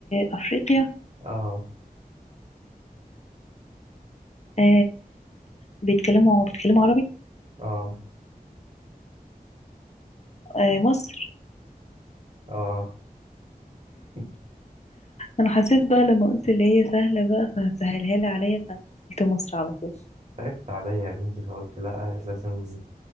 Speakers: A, on the left (about 45°); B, on the right (about 45°).
A: أفريقيا
B: أه
A: آه بيتكلموا بيتكلموا عربي
B: أه
A: آه مصر
B: أه <laughs>
A: أنا حسيت بقى لما قلت اللي هي سهلة بقى فهتسهلها لي عليا فقلت مصر على طول
B: تعبت عليا يا بنتي فقلت لا لازم